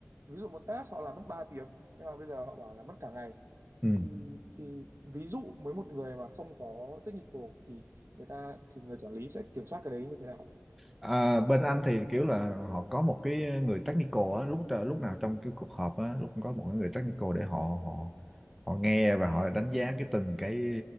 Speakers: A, on the right; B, in the centre.
A: ví dụ một task họ làm mất 3 tiếng nhưng mà bây giờ họ bảo là mất cả ngày
B: ừ.
A: thì thì ví dụ với một người mà không có technical thì người ta thì người quản lý sẽ kiểm soát cái đấy như thế nào
B: À, bên anh thì kiểu là họ có một cái người technical á, lúc lúc nào trong cái cuộc họp á, lúc cũng có một cái người technical để họ họ họ nghe và họ đánh giá cái từng cái